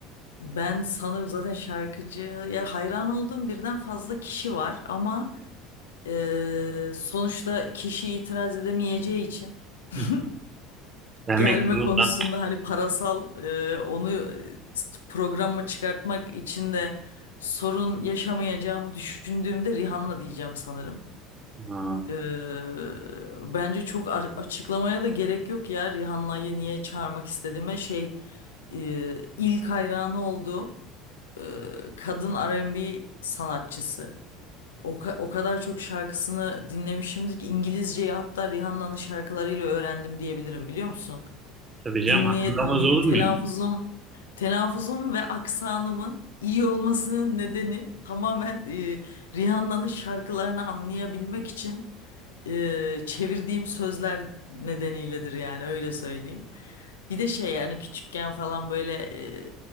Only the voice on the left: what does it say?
ben sanırım zaten şarkıcıya hayran olduğum birden fazla kişi var ama Ee, sonuçta kişi itiraz edemeyeceği için <laughs>
gelme
konusunda hani parasal e, onu e, t- programa çıkartmak için de sorun yaşamayacağımı düşündüğümde Rihanna diyeceğim sanırım.
Ee, bence çok a- açıklamaya da gerek yok ya Rihanna'yı niye çağırmak istediğime şey e, ilk hayranı olduğum e, kadın R&B sanatçısı. O, ka- o kadar çok şarkısını dinlemişimdir ki İngilizceyi hatta Rihanna'nın şarkılarıyla öğrendim diyebilirim biliyor musun?
Dinleye
dinleye
telaffuzum
telaffuzum ve aksanımın iyi olmasının nedeni tamamen e, Rihanna'nın şarkılarını anlayabilmek için e, çevirdiğim sözler nedeniyledir yani öyle söyleyeyim. Bir de şey yani küçükken falan böyle e,